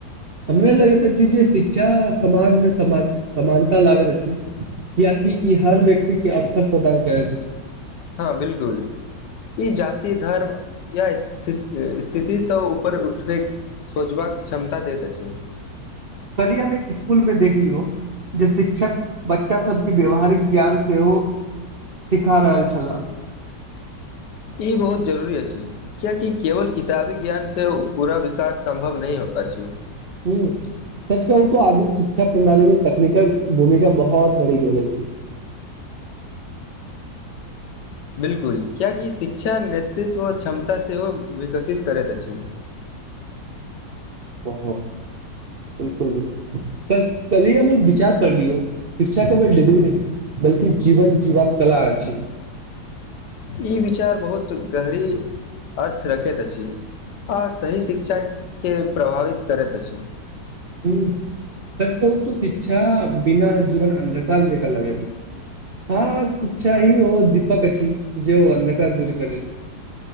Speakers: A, on the right (about 55°); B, on the left (about 70°).
A: हमर लगैत शिक्षा समाजमे सम समानता लाबैत अच्छी कियाकि ई हर व्यक्ति के अवसर प्रदान करैत अछि
B: हँ बिलकुल ई जाति धर्म या स्थित स्थितिसँ ऊपर उठबैके सोचबाक क्षमता दैत अछि
A: कलियामे एक स्कूल मे देखी यौ जे शिक्षक बच्चा सबके व्यवहारिक ज्ञान सेहो सिखा रहल छलाहंऽ
B: ई बहुत जरूरी अछि किियकि केवल किताबी ज्ञानसँ पूरा विकास सम्भव नहि अछि
A: ह सच कहा हू त आधुनिक शिक्षा प्रणाली में तकनीकल भूमिका बहुत बढ़ी गेल अछि
B: बिल्कुल कियकि शिक्षा नेतृत्व क्षमता सेहो विकसित करैत अछि
A: ओ बिलकुल बिलकुल कनी हम एक विचार पढ़लियौ शिक्षा के बे डिग्री नहि बल्कि जीवन जीवा के कला अछि
B: ई विचार बहुत गहरी अर्थ रखैत अछि आ सही शिक्षाके प्रभावित करैत अछि
A: ह सच कहू तऽ शिक्षा बिना जीवन अन्धकार जेका लगे दे छैय हँ शिक्षा ही ओ दीपक अ छी जे अन्धकार दूरी करैय